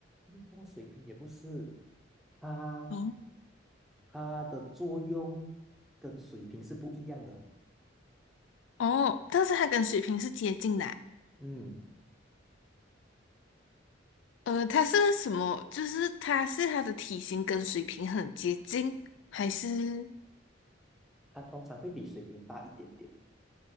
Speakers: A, in the centre; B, on the left.
A: 运动水平也不是，它
B: 哦
A: 它的作用跟水平是不一样的。
B: 哦，但是它跟水平是接近的啊
A: 嗯，
B: 呃，它是什么？就是它是它的体型跟水平很接近，还是
A: 它通常会比水平大一点点。